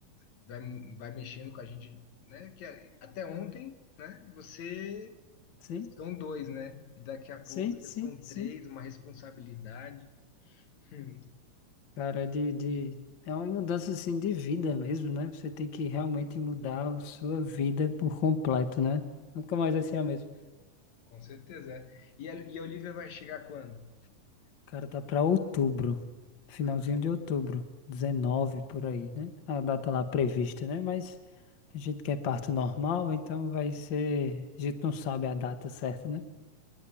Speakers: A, on the left; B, on the left.
A: vai, vai mexendo com a gente, né? Que a- até ontem, né? Você
B: Sim,
A: são dois, né? E daqui a
B: sim,
A: pouco já
B: sim,
A: são
B: sim.
A: três, uma responsabilidade. Hum,
B: Cara, de, de... é uma mudança assim de vida mesmo, né? Você tem que realmente mudar a sua vida por completo, né? Nunca mais vai ser a mesma.
A: com certeza. é. E a, e a Olivia vai chegar quando?
B: Cara, tá pra outubro, finalzinho
A: Ah,
B: de outubro, 19 por aí, né? A data lá prevista, né? Mas a gente quer parto normal, então vai ser. A gente não sabe a data certa, né?